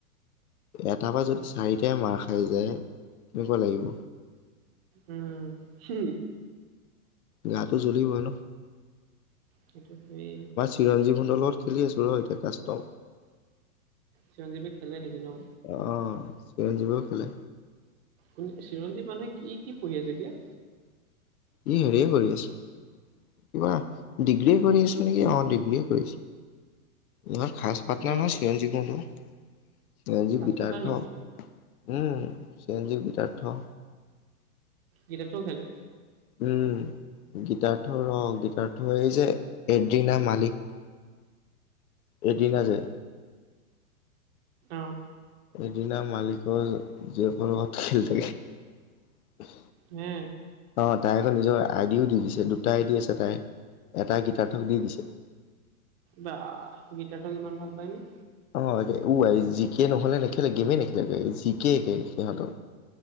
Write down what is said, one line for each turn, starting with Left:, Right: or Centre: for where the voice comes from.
Left: এটা পাই যদি চাৰিটাই মাৰ খা খাই যায় কেনেকুৱা লাগিব
Right: উম হু
Left: গাটো জ্বলিব ন
Right: সেইটো হয়েই
Left: চিৰঞ্জী ভূণ্ডৰ লগত খেলি আছোঁ ৰ এতিয়া কাষ্টম
Right: চিৰঞ্জীবে খেলে নেকি ন
Left: অ চিৰঞ্জীৱো খেলে
Right: কোন চিৰঞ্জীৱ <unintelligible> কি কি পঢ়ি আছে এতিয়া
Left: ই হেৰিয়ে কৰি আছে কিবা ডিগ্ৰীয়ে কৰি আছে নেকি অ ডিগ্ৰীয়ে কৰি আছে। ইমান খাচ পাৰ্টনাৰ
Right: জংকুক
Left: ন চিৰঞ্জীৱতো এ জি
Right: কাজ
Left: গিতাৰ্থ
Right: কথা নেকি
Left: উম চিৰঞ্জীৱ, গিতাৰ্থ
Right: গিতাৰ্থও খেলে
Left: উম গিতাৰ্থ ৰ গিতাৰ্থ এই যে এদিনা মালিক এদিনা যে
Right: অঁ
Left: এদিনা মালিকৰ জীয়েকৰ লগত খেলি থাকে।
Right: এ
Left: অ তাই আকৌ নিজৰ আই ডিও দি দিছে দুটা আই ডি আছে তাই এটা গিতাৰ্থক দি দিছে।
Right: বা গিতাৰ্থক ইমান ভাল পায় নে
Left: অ ওৱাই জিকে নহ'লে নেখেলে গেমে নেখেলে জিকে একে সিহঁতৰ